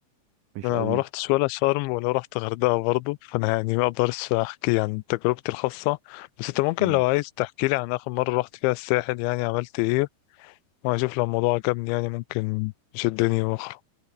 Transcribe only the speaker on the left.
أنا
ما روحتش ولا شرم ولا روحت غردقة برضه فأنا يعني ما أقدرش أحكي عن تجربتي الخاصة بس أنت ممكن
لو عايز تحكي لي عن آخر مرة روحت فيها الساحل يعني عملت إيه وأشوف لو الموضوع عجبني يعني ممكن يشدني وأخرج